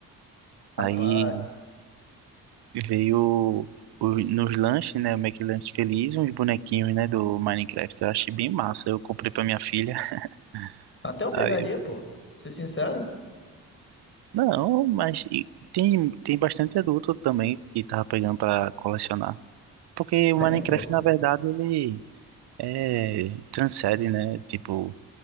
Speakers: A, on the left; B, on the right.
A: Rapaz.
B: Aí veio o- nos lanches, né, o McLanche Feliz, uns bonequinhos, né, do Minecraft. Eu achei bem massa. Eu comprei pra minha filha. <laughs>
A: Até eu pegaria,
B: Aí eu,
A: pô. Ser sincero.
B: não, mas e- tem, tem bastante adulto também que tava pegando pra colecionar. Porque o
A: Tem,
B: Minecraft,
A: pô.
B: na verdade, ele é, transcende, né, tipo